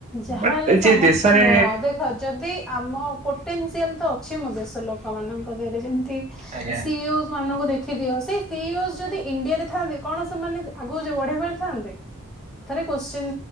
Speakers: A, in the centre; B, on the right.
A: ଯାହାହଲେ
B: ବଟ୍
A: ସମସ୍ତେ
B: ଯେ ଦେଶରେ
A: ନୁହଁ ଦେଖ ଯଦି ଆମ ପୋଟେନ୍ସିଆଲ୍ ତ ଅଛି ମୋ ଦେଶ ଲୋକମାନଙ୍କରେ ଯେମତି
B: ଆଜ୍ଞା
A: ସିଓଜ ମାନଙ୍କୁ ଦେଖ ଦେଖି ଦିଅ ସେ ସିଓସ ଯଦି ଇଣ୍ଡିଆରେ ଥାନ୍ତେ କଣ ସେମାନେ ଆଗ ବଢେଇ ପରିଥାନ୍ତେ? ଥରେ କ୍ଵଶ୍ଚିନ୍